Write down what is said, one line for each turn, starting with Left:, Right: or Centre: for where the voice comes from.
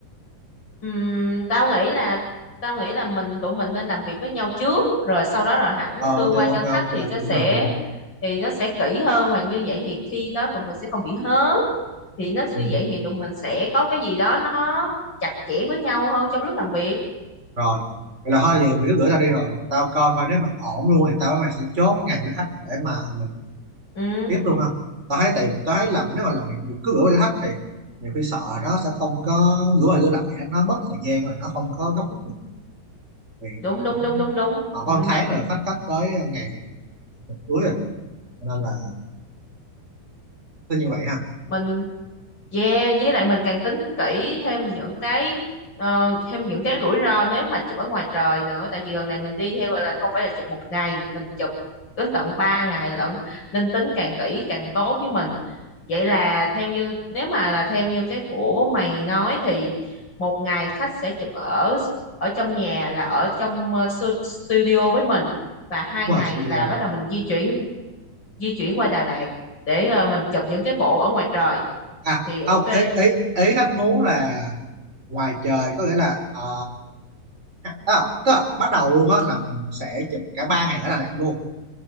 Left: Ừm, tao nghĩ là tao nghĩ là mình tụi mình nên làm việc với nhau trước rồi sau đó là hẳn
Right: ờ
Left: đưa qua
Right: thì
Left: cho
Right: ok
Left: khách
Right: ok
Left: thì nó
Right: cũng
Left: sẽ
Right: được cũng được
Left: thì nó sẽ kỹ hơn và như vậy thì khi đó tụi mình sẽ không bị hớ thì nó như
Right: Ừ.
Left: vậy thì tụi mình sẽ có cái gì đó nó chặt chẽ với nhau hơn trong lúc làm việc
Right: Rồi vậy là thôi giờ mày cứ gửi tao đi rồi tao coi coi nếu mà ổn luôn thì tao với mày sẽ chốt ngày với khách để mà mình
Left: ừ
Right: tiếp luôn ha tao thấy tại tao thấy làm nếu mà làm việc cứ gửi cho khách thì nhiều khi sợ nó sẽ không có gửi qua gửi lại á, nó mất thời gian rồi nó không có gấp rút được thì
Left: đúng
Right: cũng
Left: đúng đúng đúng đúng
Right: họ
Left: ừ.
Right: có một tháng rồi khách khách tới ờ, ngày tuần cuối rồi cho nên là cứ như vậy ha
Left: mình Yeah, với lại mình càng tính kỹ thêm những cái ờ, thêm những cái rủi ro nếu mà chụp ở ngoài trời nữa tại vì lần này mình đi theo gọi là không phải là chụp một ngày mình chụp đến tận 3 ngày lận nên tính càng kỹ càng tốt với mình vậy là theo như nếu mà là theo như cái của mày nói thì một ngày khách sẽ chụp ở ở trong nhà là ở trong ờ, su- studio với mình và hai
Right: đúng
Left: ngày
Right: rồi sơ đồ
Left: là bắt đầu mình di chuyển di chuyển qua Đà Lạt để ờ, mình chụp những cái bộ ở ngoài trời
Right: à
Left: thì
Right: không
Left: ok
Right: ý ý ý khách muốn là ngoài trời có nghĩa là ờ, à, tức là bắt đầu luôn á là mình sẽ chụp cả ba ngày ở Đà Lạt luôn